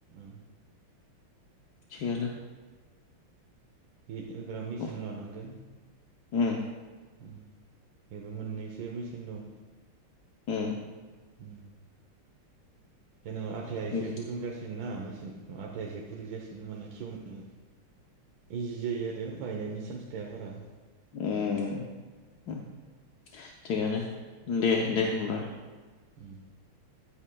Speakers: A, on the right; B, on the left.
A: उम
B: थिगानो
A: हिट होग्रा मेचिन
B: उम
A: लानांगोन।
B: उम
A: उम बेबो मोननैसो मेचिन दं।
B: उम
A: उम जेनेबा आथाया एसे
B: उम
A: गुदुं जासिन ना आथाया इसे गुरै जासिगनो होमबाना खेवनो इजि जायो आरो बायनायनि सान्स थाया बारा
B: ओम उम थिगानो दे
A: उम
B: दे होमबा
A: उम